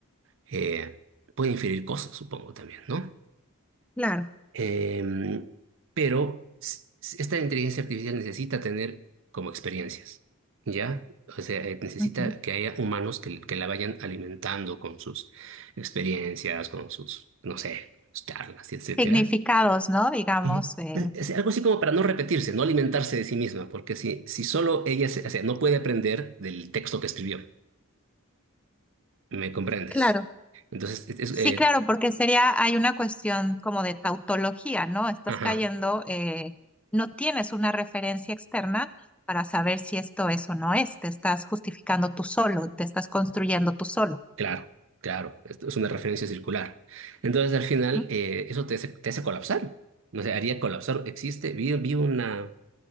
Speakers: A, on the right; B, in the centre.
A: eh, puede inferir cosas, supongo también, ¿no?
B: Claro.
A: Em, pero s- s- esta inteligencia artificial necesita tener como experiencias, ¿ya? O sea, eh, necesita
B: ujú.
A: que haya humanos que, que la vayan alimentando con sus experiencias, con sus, no sé, sus charlas, etcétera.
B: Significados, ¿no? Digamos,
A: Eh,
B: eh,
A: es algo así como para no repetirse, no alimentarse de sí misma, porque si, si solo ella, se- o sea, no puede aprender del texto que escribió, ¿me comprendes?
B: claro.
A: Entonces, es, es,
B: Sí,
A: eh,
B: claro, porque sería, hay una cuestión como de tautología, ¿no? Estás
A: ajá.
B: cayendo, eh, no tienes una referencia externa para saber si esto es o no es, te estás justificando tú solo, te estás construyendo tú solo.
A: Claro, claro, esto es una referencia circular. Entonces, al final,
B: ¿no?
A: eh, eso te hace, te hace colapsar. No sé, haría colapsar. Existe, vi, vi una,